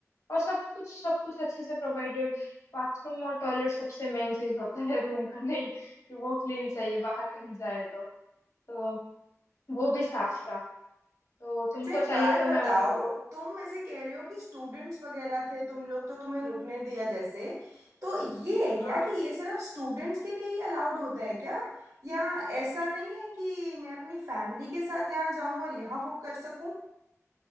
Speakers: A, on the left; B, on the right.
A: और सब कुछ सब कुछ अच्छे से प्रोवाइडेड बाथरूम और टॉयलेट सबसे मेन चीज होता है रूम का नहीं कि वो क्लीन चाहिए बाहर कहीं जाए तो तो वो भी साफ था तो तुमको
B: अच्छा एक
A: चाहिए
B: बात
A: तो मैं
B: बताओ
A: उन लोगों को
B: तुम ऐसे कह रहे हो कि स्टूडेंट्स वगैरह थे तुम लोग तो तुम्हें रुकने दिया जैसे तो ये है
A: हाँ
B: क्या कि ये सिर्फ स्टूडेंट्स के लिए ही अलाउड होता है क्या या ऐसा नहीं है कि मैं अपनी फैमिली के साथ यहाँ जाऊँ और यहाँ बुक कर सकूँ